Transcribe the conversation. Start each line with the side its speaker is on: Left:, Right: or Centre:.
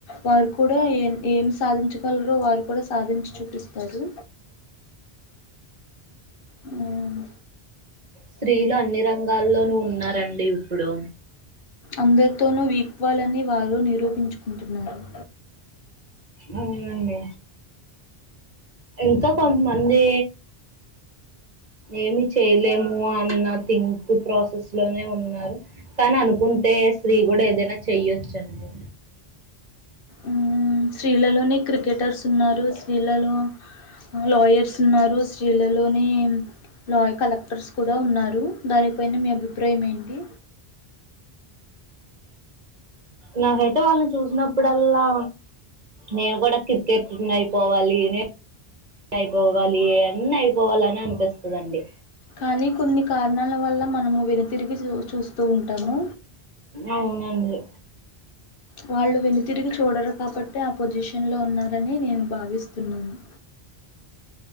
Left: వారు కూడా ఏ ఏమి సాధించగలరో వారు కూడా సాధించి చూపిస్తారు అమ్
Right: స్త్రీలు అన్ని రంగాల్లోనూ ఉన్నరండి ఇప్పుడు
Left: అందరితోనూ విక్వాలని వారు నిరూపించుకుంటున్నారు
Right: అవునండి ఇకా కొంతమంది ఏమి చేయలేము అన్న థింక్ ఎప్పుడు ఆ ప్రాసెస్ లోనే ఉన్నారు కాని అనుకుంటే స్త్రీ కూడా ఏదైనా చేయ్యొచు అండి
Left: ఉమే స్త్రీలలోనే క్రికెటర్స్ ఉన్నారు స్త్రీలలో లాయర్స్ ఉన్నారు స్త్రీల లోని లాయ కలెక్టర్స్ కూడా ఉన్నారు దానిపైన మీ అభిప్రాయం ఏంటి
Right: నాకైతే వాళ్ళని చూసినప్పుడల్లా నేను కూడా క్రికెటర్ నీ అయిపోవాలి నే అయిపోవాలి అన్ని అయిపోవాల అని అనిపిస్తదండి
Left: కానీ కొన్ని కారణాల వల్ల మనము విరు తిరిగి చూ చూస్తూ ఉంటాము
Right: అవునండి
Left: వాళ్ళు వెను తరిగి చూడరు కాబట్టే ఆ పొజిషన్ లో ఉన్నారని నేను భావిస్తున్నాను